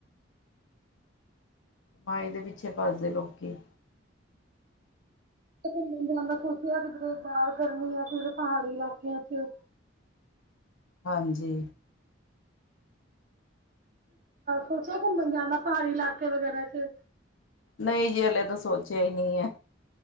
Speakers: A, on the left (about 85°); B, on the right (about 45°).
A: ਕਮਾਈ ਦੇ ਪਿੱਛੇ ਭੱਜਦੇ ਲੋਕੀ।
B: ਘੁੰਮਣ ਜਾਣ ਦਾ ਸੋਚਿਆ, ਕਿਧਰੇ ਬਾਹਰ ਗਰਮੀ ਆ ਕਿਧਰੇ ਪਹਾੜੀ ਇਲਾਕਿਆਂ'ਚ
A: ਹਾਂਜੀ।
B: ਤੁਸਾ‌ ਘੁੰਮਣ ਜਾਂਣਾ, ਪਹਾੜੀ ਇਲਾਕੇ ਵਗੈਰਾ'ਚ?
A: ਨਹੀਂ ਜੀ, ਹਲੇ ਤਾਂ ਸੋਚਿਆ ਹੀ ਨਹੀਂ ਐ।